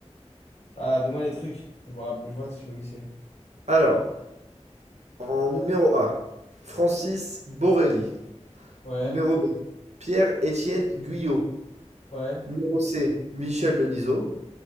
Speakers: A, on the left; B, on the right.
A: Ah, donne-moi les trucs. Je me rapp- je vois, je vois qui c'est.
B: Alors, en numéro A, Francis Borelli.
A: Ouais,
B: Numéro B, Pierre-Étienne Guyot.
A: ouais.
B: Numéro C, Michel Denisot.